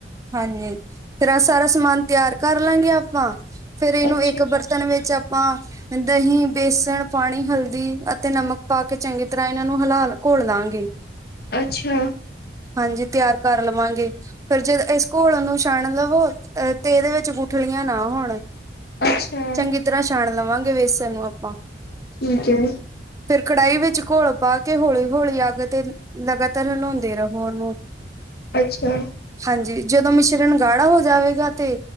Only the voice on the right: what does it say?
ਹਾਂਜੀ ਫੇਰ ਆਹ ਸਾਰਾ ਸਮਾਨ ਤਿਆਰ ਕਰ ਲਾਂਗੇ ਆਪਾਂ ਫੇਰ ਇਹਨੂੰ
ਇੱਕ ਬਰ ਤਨ ਵਿੱਚ ਆਪਾਂ ਦਹੀਂ ਬੇਸਣ ਪਾਣੀ ਹਲਦੀ ਅਤੇ ਨਮਕ ਪਾ ਕੇ ਚੰਗੀ ਤਰ੍ਹਾਂ ਇਹਨਾਂ ਨੂੰ ਹਲਾ ਘੋਲ ਲਾਂਗੇ
ਹਾਂਜੀ ਤਿਆਰ ਕਰ ਲਵਾਂਗੇ ਫਿਰ ਜਦ ਇਸ ਘੋਲ ਨੂੰ ਛਾਣ ਲਵੋ ਅ ਤੇ ਇਹਦੇ ਵਿੱਚ ਗੁਠਲੀਆਂ ਨਾ ਹੋਣ
ਚੰਗੀ ਤਰ੍ਹਾਂ ਛਾਣ ਲਵਾਂਗੇ ਵੇਸੇ ਨੂੰ ਆਪਾਂ
ਫੇਰ ਕੜਾਹੀ ਵਿੱਚ ਘੋਲ ਪਾ ਕੇ ਹੌਲੀ-ਹੌਲੀ ਅੱਗ ਤੇ ਲਗਾਤਾਰ ਹਲਾਦੇ। ਦੇ ਰਹੋ ਉਹਨੂੰ।
ਹਾਂਜੀ ਜਦੋਂ ਮਿਸ਼ਰਣ ਗਾੜਾ ਹੋ ਜਾਵੇਗਾ ਤੇ